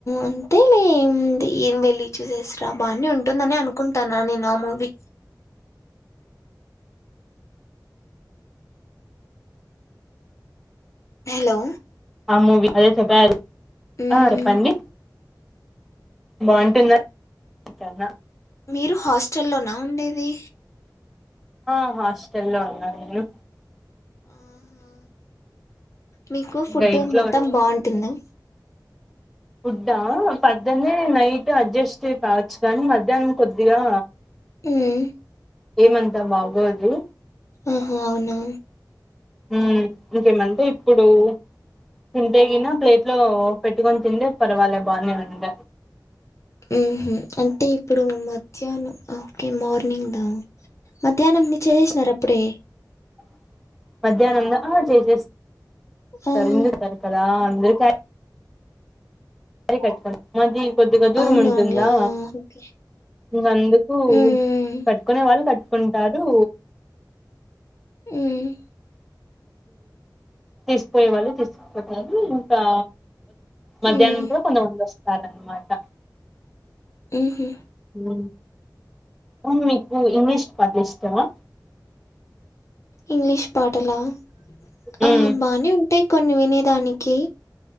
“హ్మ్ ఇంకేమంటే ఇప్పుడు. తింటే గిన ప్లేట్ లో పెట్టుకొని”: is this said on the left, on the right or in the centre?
Centre